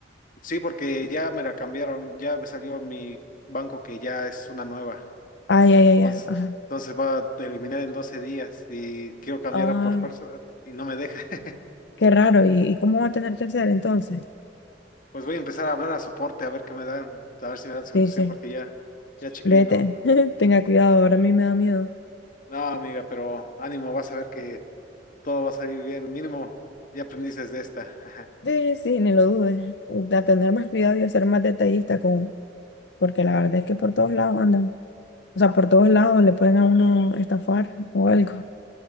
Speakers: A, on the left; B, on the left.
A: sí, porque ya me la cambiaron, ya me salió mi banco que ya es una nueva.
B: Ay, ay, ay,
A: Entonces,
B: ay, ajá.
A: entonces va a eliminar en 12 días y quiero cambiarla
B: Ah,
A: por fuerza y no me deja. <laughs>
B: qué raro, ¿y, y cómo va a tener que hacer entonces?
A: Pues voy a empezar a hablar a soporte a ver qué me dan, a ver si me dan solución,
B: Sí, sí,
A: porque ya, ya chequé
B: vete,
A: y no.
B: <laughs> tenga cuidado, ahora a mí me da miedo.
A: No, amiga, pero ánimo, vas a ver que todo va a salir bien. Mínimo, ya aprendiste de esta. <laughs>
B: Sí, sí, ni lo dudes, de tener más cuidado y de ser más detallista con, porque la verdad es que por todos lados andan, o sea, por todos lados le pueden a uno estafar o algo,